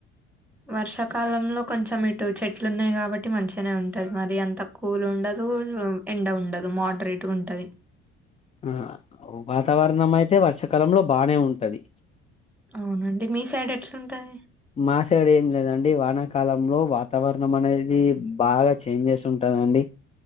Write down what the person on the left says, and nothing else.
ఆ వాతావరణం అయితే వర్షాకాలంలో బానే ఉంటది
మా సైడ్ ఏం లేదండి వాన కాలంలో వాతావరణం అనేది బాగా చేంజెస్ ఉంటుందండి